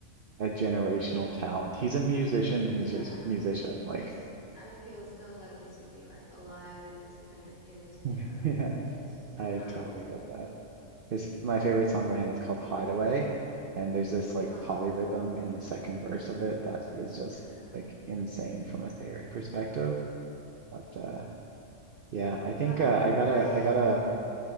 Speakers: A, on the right; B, on the left.
A: a generational talent he's a musician music,
B: yeah,
A: musician like
B: it's I feel so lucky to be like alive in this kind in this
A: <laughs>
B: era.
A: yeah
B: It's <laughs> nice,
A: I totally get
B: man.
A: that his my favorite song by him is called Hideaway and there's this like
B: Ah,
A: polyrhythm in the second verse of it that is just
B: uh, uh-huh.
A: like insane from a theory perspective but uh Yeah, I think
B: Oh,
A: uh, I gotta,
B: I have
A: I gotta.
B: a lot of